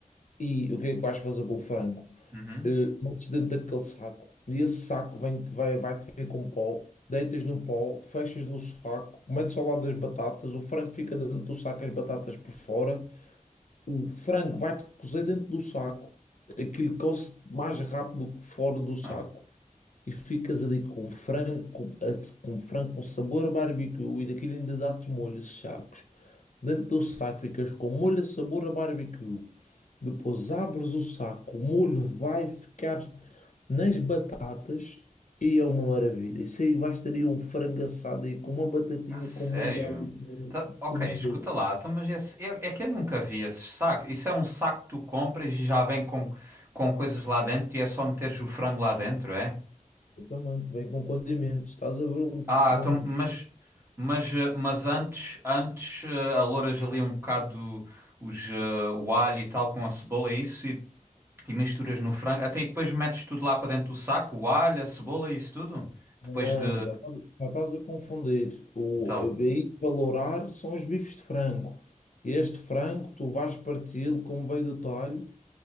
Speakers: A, on the left; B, on the right.
A: E o que é que vais fazer com o frango?
B: Uhum.
A: Eh, metes dentro daquele saco. E esse saco vem, vai, vai-te ver com pó. Deitas no pó, fechas no saco, metes ao lado das batatas. O frango fica dentro do saco, as batatas por fora. O frango vai-te cozer dentro do saco. Aquilo coze mais rápido que fora do saco
B: Ah.
A: e ficas ali com frango, com, com frango com sabor a barbecue e daquilo ainda dá-te molhos sacos. Dentro do saco ficas com molho a sabor a barbecue. Depois abres o saco, o molho vai ficar nas batatas e é uma maravilha. Isso aí bastaria um frango assado aí com uma batatinha
B: Ah, sério?
A: com molho de barbecue.
B: Tá- ok,
A: Que maravilha.
B: escuta lá, então, mas esse, eu- é que eu nunca vi esse saco. Isso é um saco que tu compras e já vem com, com coisas lá dentro e é só meteres o frango lá dentro, é?
A: Também, também com condimentos. Estás a ver onde,
B: Ah,
A: onde
B: então, mas, mas, eh, mas antes, antes eh, alouras ali um bocado os, eh, o alho e tal com a cebola e isso e, e misturas no frango. Até e depois metes tudo lá para dentro do saco, o alho, a cebola e isso tudo? Depois
A: Não,
B: de...
A: já estás já estás a confundir. O
B: Então...
A: a BI valorar são os bifes de frango. Este frango tu vais parti-lo como veio do talho